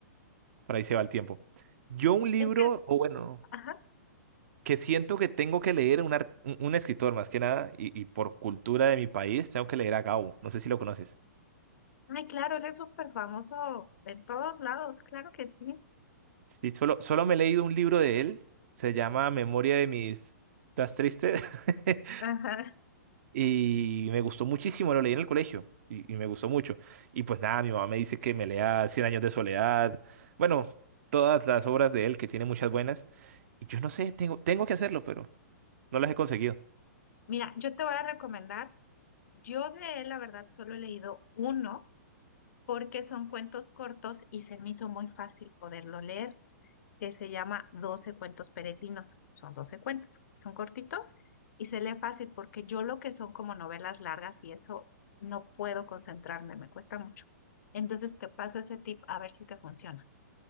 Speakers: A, on the right; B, on the left.
A: Por ahí se va el tiempo. Yo un libro,
B: Es que,
A: o bueno,
B: ajá.
A: que siento que tengo que leer un, ar- un un escritor más que nada, y, y por cultura de mi país, tengo que leer a Gabo. No sé si lo conoces.
B: Ay, claro, él es súper famoso en todos lados, claro que sí.
A: Y solo, solo me he leído un libro de él, se llama Memoria de mis... ¿Estás triste? <laughs>
B: Ajá.
A: Y me gustó muchísimo, lo leí en el colegio y, y me gustó mucho. Y pues nada, mi mamá me dice que me lea Cien años de soledad, bueno, todas las obras de él, que tiene muchas buenas. Y yo no sé, tengo, tengo que hacerlo, pero no las he conseguido.
B: Mira, yo te voy a recomendar, yo de él, la verdad, solo he leído uno porque son cuentos cortos y se me hizo muy fácil poderlo leer. que se llama doce cuentos peregrinos. Son 12 cuentos, son cortitos y se lee fácil porque yo lo que son como novelas largas y eso no puedo concentrarme, me cuesta mucho. Entonces te paso ese tip a ver si te funciona.